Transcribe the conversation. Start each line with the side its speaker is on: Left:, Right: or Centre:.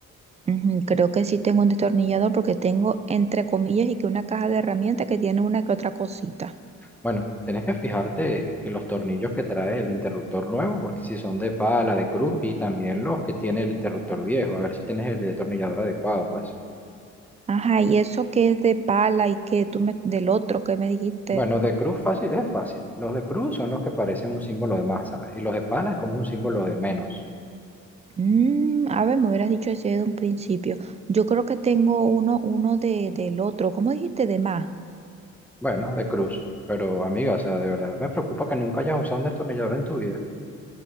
Right: Ujú, Creo que sí tengo un destornillador porque tengo, entre comillas, y que una caja de herramientas que tiene una que otra cosita.
Centre: Bueno, tenés que fijarte en los tornillos que trae el interruptor nuevo, porque si son de pala, de cruz, y también los que tiene el interruptor viejo, a ver si tienes el destornillador adecuado, pues.
Right: Ajá, y eso que es de pala y que tú me, del otro que me dijiste.
Centre: Bueno, de cruz fácil, es fácil. Los de cruz son los que parecen un símbolo de más, ¿sabes? Y los de pala es como un símbolo de menos.
Right: Mm, a ver, me hubieras dicho así de un principio. Yo creo que tengo uno, uno de, del otro. ¿Cómo dijiste de más?
Centre: Bueno, de cruz. Pero amiga, o sea, de verdad me preocupa que nunca hayas usado un destornillador en tu vida.